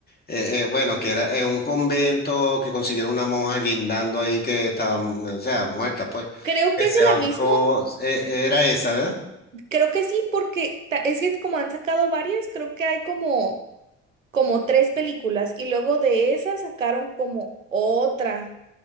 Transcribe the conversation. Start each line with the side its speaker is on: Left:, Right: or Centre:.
Left: eh, eh, bueno, que era en un convento que consiguieron una monja guindando ahí que estaba, mm, o sea, muerta, pues,
Right: Creo
Left: que
Right: que
Left: se
Right: es de
Left: ahorcó.
Right: la misma.
Left: Eh, era esa, ¿verdad?
Right: Creo que sí, porque ta- es que como han sacado varias, creo que hay como, como tres películas y luego de esas sacaron como otra,